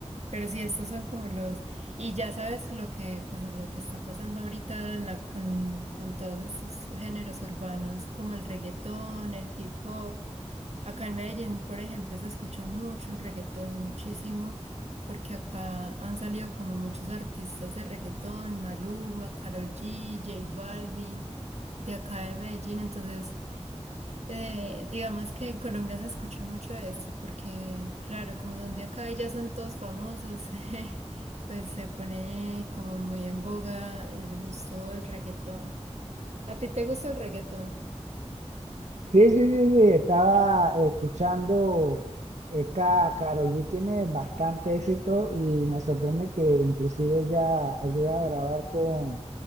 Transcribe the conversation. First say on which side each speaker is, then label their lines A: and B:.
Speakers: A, on the right; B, on the right.
A: Pero sí, estos son como los, y ya sabes lo que, pues es lo que está pasando ahorita en la- con, con todos estos géneros urbanos como el reggaetón, el hip hop. Acá en Medellín, por ejemplo, se escucha mucho el reggaetón, muchísimo, porque acá han salido como muchos artistas de reggaetón, Maluma, Karol G, J Balvin, de acá de Medellín. Entonces, eh, digamos que en Colombia se escucha mucho esto, porque claro, como son de acá y ya son todos famosos, <laughs> pues se pone como muy en boga el gusto del reggaetón. ¿A ti te gusta el reggaetón?
B: Sí, sí, sí, sí, estaba escuchando, esta Karol G tiene bastante éxito y me sorprende que inclusive ya ha llegado a grabar con